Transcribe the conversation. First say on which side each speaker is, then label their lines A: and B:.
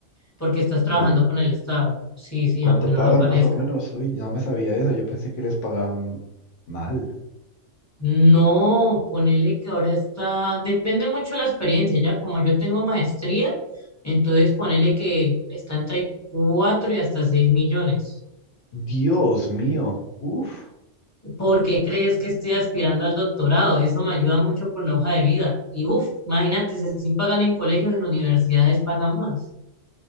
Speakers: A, on the left (about 15°); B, on the left (about 80°).
A: porque estás trabajando
B: ¿Sí?
A: con el Estado. Sí, sí,
B: ¿Y cuánto
A: aunque no
B: pagan
A: lo parezca.
B: más o menos? Uy, no me sabía eso, yo pensé que les pagaban mal.
A: No, ponele que ahora está, depende mucho de la experiencia, ya como yo tengo maestría, entonces ponele que está entre 4 y hasta 6 millones.
B: Dios mío, uf,
A: ¿Por qué crees que estoy aspirando al doctorado? Eso me ayuda mucho con la hoja de vida. Y uff, imagínate, si así pagan en colegios, en universidades pagan más.